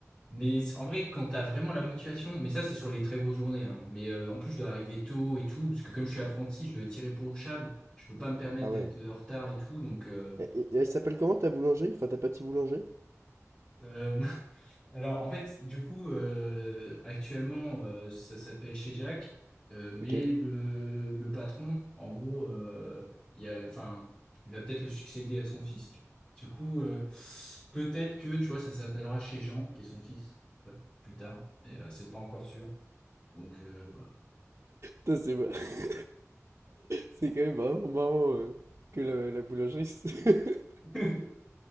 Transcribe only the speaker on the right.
Ah
ouais.
Et, et- et elle s'appelle comment ta boulangerie? Enfin ta pâtisserie boulangerie?
Ok.
Putain, c'est mar- <laughs> c'est quand même vraiment marrant euh, que la, la boulangerie se, <laughs>